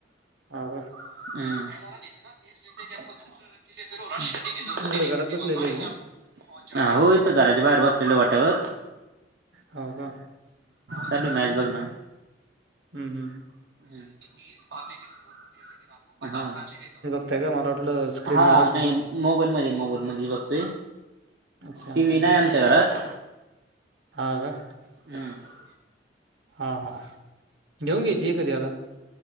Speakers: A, on the right; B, on the right.
A: आं गरं
B: हम्मं दुसऱ्या रशा
A: अच्छा
B: करची जरुंरतही नाहीं
A: तुम्ही कुठे
B: पडती
A: घरात बसलेले
B: आसं
A: आहे का मग?
B: हां हो इथं घरांच्या बाहेर बसलेले वॉटेवर
A: हांव कां
B: तंठी नाहीं जाऊं नां
A: हम्मं हम्मं
B: जरूंर होती पणं हो कां
A: अगं मलां वाटलं स्क्रीनवर
B: हां
A: बघताय.
B: नाहीं मोबाईल मध्यें मोबाईल मध्यें बघतोय
A: अच्छा
B: टी व्ही नाहीं आमच्या घरांत
A: हां कां
B: हम्मं
A: हां हां घेऊंन घायांची एखादी आंता